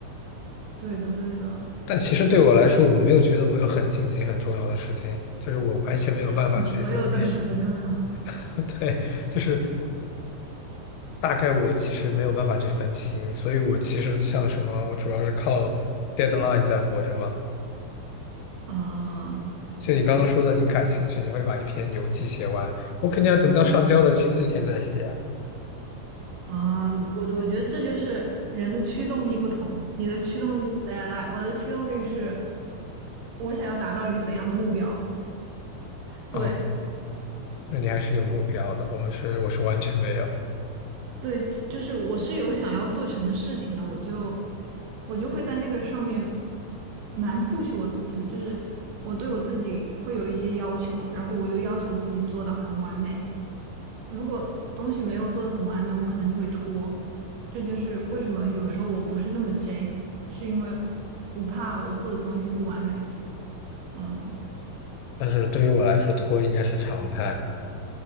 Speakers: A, on the right; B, on the left.
A: 对的，对的。
B: 但其实对我来说，我没有觉得我有很紧急、很重要的事情，就是我完全没有办法去分辨。
A: <laughs> 所有都是不重要。
B: <laughs> 对，就是大概我其实没有办法去分清，所以我其实像什么，我主要是靠 deadline 在活着吧。
A: 啊，
B: 就你刚刚说的，
A: 哎
B: 你感兴趣，你会把一篇游记写完。我肯定要等到上交的前几天再写啊。
A: 啊，我我觉得这就是人的驱动力不同。你的驱动力是 deadline，我的驱动力是我想要达到一个怎样的目标。对，
B: 嗯，那你还是有目标的。我们是，我是完全没有。
A: 对，就是我是有想要做成的事情的，我就我就会在那个上面蛮 push 我自己的，就是我对我自己会有一些要求，然后我又要求自己做到很完美。如果东西没有做的很完美，我可能就会拖。这就是为什么有时候我不是那么 J，是因为我怕我做的东西不完美。嗯，
B: 但是对于我来说，拖应该是常态，